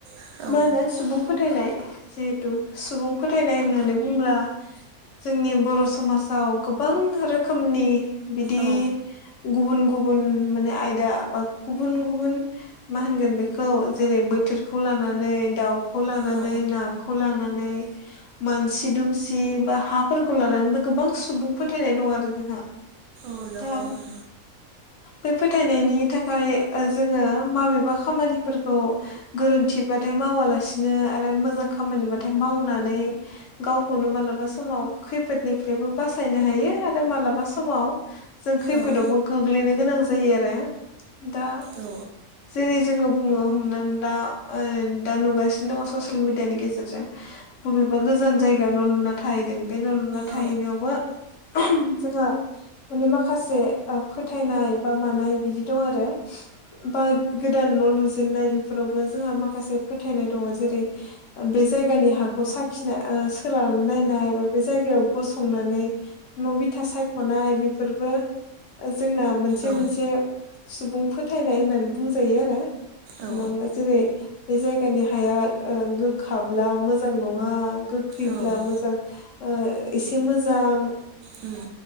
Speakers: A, on the right; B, on the left.
A: दं औ
B: मा होनो सुबुं फोथायनाय जिहेथु सुबुं फोथायनाय होननानै बुंब्ला जोंनि बर' समाजाव गोबां रोखोमनि बिदि
A: औ
B: गुबुन गुबुन माने आयदा बा गुबुन गुबुन मा होनगोन बेखौ जेरै बोथोरखौ लानानै दाउखौ लानानै
A: औ
B: नाखौ लानानै मानसि दुमसि बा हाफोरखौ लानानैबो गोबां सुबुं फोथायनाय दं आरो जोंहा
A: ओ दङो
B: दा
A: ओं
B: बे फोथायनायनि थाखाय जोङो माबेबा खामानिफोरखौ गोरोन्थिबाथाय मावालासिनो आरो मोजां खामानिबाथाय मावनानै गावखौनो मालाबा समाव खैफोदनिफ्रायबो बासायनो हायो आरो मालाबा समाव जों खैफोदावबो
A: औ
B: गोग्लैनो गोनां जायो आरो दा
A: औ
B: जेरै जोङो बुङो हमनानै दा दा नुगासिनो दङ ससियेल मिडियानि गेजेरजों बबेबा गोजान जायगायाव न' लुना थाहैदों बे न' लुना थाहैनायावबो
A: औ
B: जोंहा माने माखासे ओ फोथायनाय बा मानाय बिदि दं आरो बा गोदान न' लुजेनन्नाय बेफोरावबो जोंहा माखासे फोथायनाय दङ जेरै बे जायगानि हाखौ साखिना सोलाना नायनाय बा बे जायगायाव गसंनानै न' बिथा सायख'नाय बेफोरबो ओ जोंना मोनसे
A: औ
B: मोनसे सुबुं फोथायनाय होननानै बुंजायो आरो
A: औ
B: हमनानै ला जेरै बे जायगानि हाया गोखाब्ला मोजां नङा गोखैब्ला
A: औ
B: मोजां ओ एसे मोजां
A: उम